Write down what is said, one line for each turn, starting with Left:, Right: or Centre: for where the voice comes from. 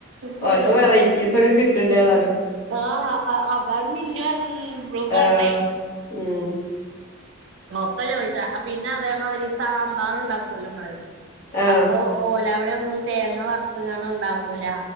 Right: ശരി
Left: ഓരോ വെറൈറ്റീസ് ക്കെ കിട്ട്ണ്ട് ഏതാലും
Right: ആഹ്, അ അതാണ് മിന്നു അറ <unintelligible> ബ്ലൂ പർഞ്ഞേ
Left: ഏഹ് ഉം
Right: ബോക്ക ചോയ്യ്ച്ചാ. അ പിന്നെ അതേ മാതിരി സാമ്പാറ്ണ്ടാ ക്കൊല്ലോ മ്മള്.
Left: ആഹ്
Right: അപ്പൊ ഓലാവ്ടന്നും തേങ്ങ വറുത്ത്ക്കാണ്ട്ണ്ടാക്കൂല.